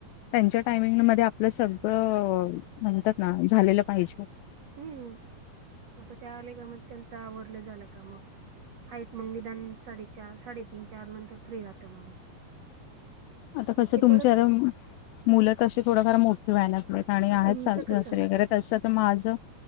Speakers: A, on the left; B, on the right.
A: त्यांच्या टायमिंगमध्ये आपलं सगळं म्हणतात ना झालेलं पाहिजे
B: हम्म, आता ते आले का मग त्यांचं आवरन झालं का मग आहेच मग निदान साडेचार साडेतीन चार नंतर फ्री राहातं माणूस
A: आता
B: मग
A: कसं
B: ते
A: तुमच्यारम,
B: परत
A: मुलं तशी थोडफार मोठी व्हायला लाग नहीं पाणी आणाय
B: तुमचं
A: सासऱ्या
B: कसं
A: सगळीकडे तसं त माझं